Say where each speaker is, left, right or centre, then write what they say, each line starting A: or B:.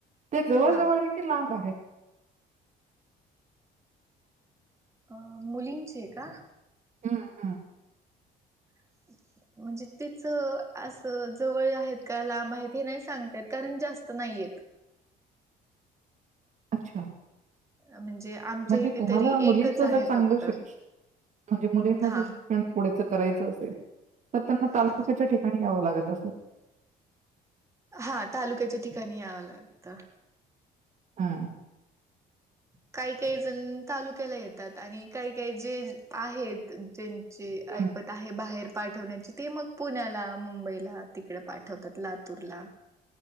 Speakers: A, on the right; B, on the right.
A: ते जवळ
B: हा
A: जवळ हे की लांब आहे
B: अ मुलींचे का?
A: हुं हुं
B: <unintelligible> म्हणजे तिच असं जवळ आहेत का लांब आहेत हे नाही सांगता येत कारण जास्त नाहीये एक
A: अच्छा
B: म्हणजे आमच्या
A: म्हणजे
B: इथे
A: तुम्हाला
B: तरी
A: मुलींच
B: एकच आहे
A: जर चांगलं
B: फक्त
A: शिक्षण म्हणजे मुलींना
B: हा
A: ज शिक्षण पुढेच करायचं तर त्यांना तालुक्याच्या
B: हा
A: ठिकाणी यावं लागत असलं
B: हा तालुक्याच्या ठिकाणी यावं लागतं
A: हा
B: काही काही जण तालुक्याला येतात आणि काही काही जे आहेत ज ज्यांची
A: हं.
B: ऐपत आहे बाहेर पाठवण्याची ते मग पुण्याला मुंबईला तिकडे पाठवतात लातूरला